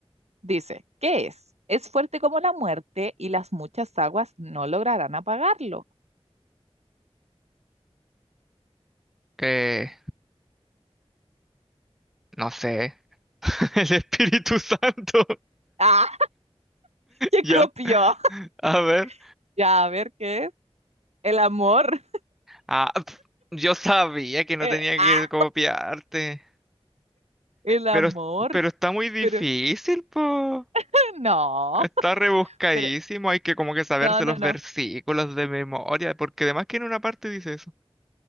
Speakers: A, on the right; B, in the centre.
A: Dice, ¿qué es? Es fuerte como la muerte y las muchas aguas no lograrán apagarlo.
B: Eh, no sé, <laughs> el Espíritu Santo, <laughs>
A: ¡Ah! ¡Qué
B: ya,
A: copió!
B: a ver,
A: <laughs> Ya, a ver, ¿qué es? El amor.
B: ah, pf, yo sabía que no
A: Eh,
B: tenía
A: ¡ah!
B: que copiarte,
A: El amor,
B: pero, pero está muy difícil,
A: pero
B: po.
A: <laughs> no,
B: Está rebuscadísimo,
A: pero
B: hay que como que saberse
A: no, no,
B: los
A: no.
B: versículos de memoria, porque además que en una parte dice eso.